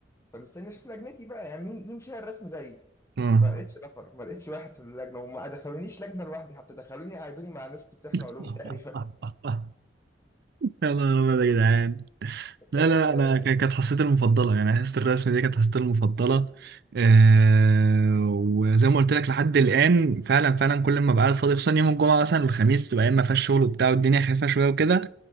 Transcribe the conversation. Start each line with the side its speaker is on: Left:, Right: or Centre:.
Left: فمستني اشوف لجنتي بقى يعني مين مين شايل الرسم زيي
Right: مم.
Left: ما لقيتش نفر ما لقيتش واحد في اللجنة وما دخلونيش لجنة لوحدي حتى دخلوني قعدوني مع ناس بتمتحن
Right: <laughs>
Left: علوم تقريبا <laughs>
Right: يا نهار أبيض يا جدعان لا
Left: بس
Right: لا
Left: آه،
Right: أنا ك- كانت حصتي المفضلة يعني حصة الرسم دي كانت حصتي المفضلة أه وزي ما قلت لك لحد الآن فعلا فعلا كل ما بقعد فاضي خصوصا يوم الجمعة مثلا والخميس تبقى أيام ما فيهاش شغل وبتاع والدنيا خفيفة شوية وكده